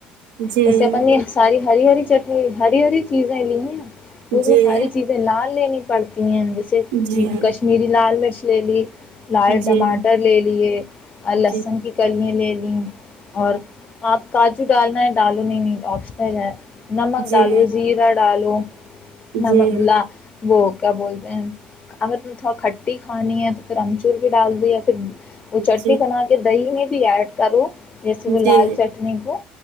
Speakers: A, on the right (about 80°); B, on the left (about 30°).
A: جی جی
B: ہے اسے اپنی ساری ہری ہری چٹنی ہری ہری چیزیں لی ہیں
A: جی
B: اس میں ساری چیزیں لال لین پڑتے جیسے
A: جی
B: کشمیری لال م ل لی <inaudible> لال
A: جی جی
B: ٹماٹر لے لیے اور لہسن
A: جی
B: کی کلیاں لے لی <inaudible> اور آپ کاجو ڈالنا ہے ڈالو آپشنل ہے نمک
A: جی جی
B: ڈالو زیرا ڈالو نم
A: جی جی
B: ل وہ کیا بولتے ہیں اگر ت تھوڑا کھٹی کھانی ہے تو پھر امچور بھی ڈال دو یا پھر وہ چٹنی
A: جی
B: بنا کے دہی میں بھی ایڈ کروں جیسے وہ
A: جی
B: لال چٹنی کو